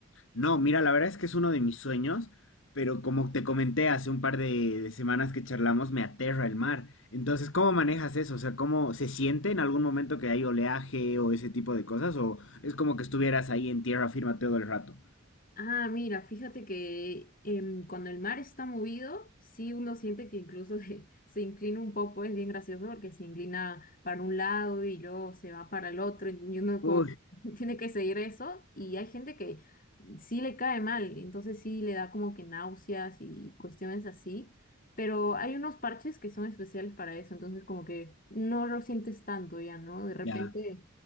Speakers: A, on the left; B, on the left.
A: No, mira, la verdad es que es uno de mis sueños, pero como te comenté hace un par de, de semanas que charlamos, me aterra el mar. Entonces, ¿cómo manejas eso? O sea, ¿cómo se siente en algún momento que hay oleaje o ese tipo de cosas? ¿O es como que estuvieras ahí en tierra firme todo el rato?
B: Ah, mira, fíjate que em, cuando el mar está movido, sí uno siente que incluso <laughs> se, se inclina un poco, es bien gracioso porque se inclina para un lado y luego se va para el otro y uno como
A: Uy,
B: que <laughs> tiene que seguir eso y hay gente que sí le cae mal, entonces sí le da como que náuseas y cuestiones así, pero hay unos parches que son especiales para eso, entonces como que no lo sientes tanto ya, ¿no? De repente...
A: ya.